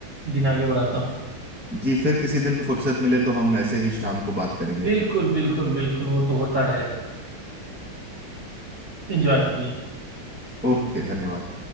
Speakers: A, on the right; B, in the centre.
A: दिन आगे बढ़ाता हूँ
B: जी फिर किसी दिन फुर्सत मिले तो हम ऐसे ही शाम को बात करेंगे
A: बिल्कुल
B: फिर
A: बिल्कुल बिल्कुल वो तो होता रहेगा एंजॉय करिए
B: ओके धन्यवाद